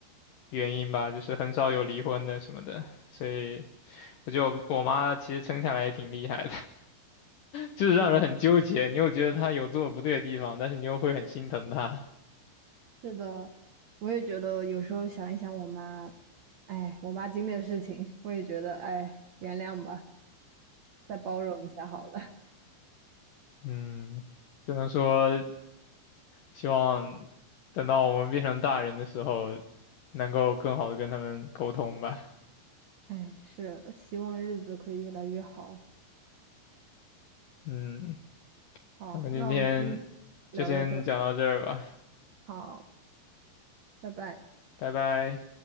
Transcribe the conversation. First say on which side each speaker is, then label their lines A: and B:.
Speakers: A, on the left; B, on the right.
A: 原因吧，就是很少有离婚的什么的，所以我觉得我我妈其实撑下来也挺厉害的。就是让人很纠结。
B: 是的，
A: 你又觉得他有做的不对的地方，但是你又会很心疼他。
B: 是的，我也觉得有时候想一想我妈，哎，我妈经历的事情，我也觉得，哎，原谅吧，再包容一下好了。
A: 嗯，只能说希望等到我们变成大人的时候，能够更好的跟他们沟通吧。
B: <laughs> 哎，是，希望日子可以越来越好。
A: 嗯，
B: 好，
A: 那么今天就先讲到这儿吧，
B: 那我们今天聊到这儿。好，拜拜。
A: 拜拜。